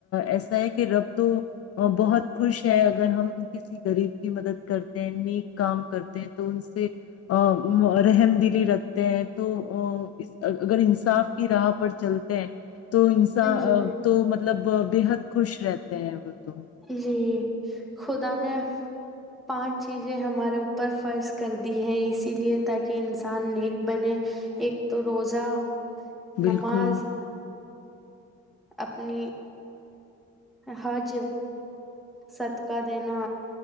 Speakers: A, on the left; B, in the centre.
A: ایسا ہے کہ رب تو بہت خوش ہے اگر ہم کسی غریب کی مدد کرتے ہیں نیک کام کرتے ہیں تو ان سے <unintelligible> رحم دلی رکھ تو اگر انصاف کی راہ پر چلتے ہیں تو انسان
B: جی
A: تو مطلب وہ بےحد خوش رہتے ہیں وہ تو
B: جی خدا نے پانچ چیزیں ہمارے اوپر فرض کر دی ہے اسی لیے تاکہ انسان نیک بنے ایک تو روزہ
A: بالکل
B: نماز اپنی ا حج صدقہ دینا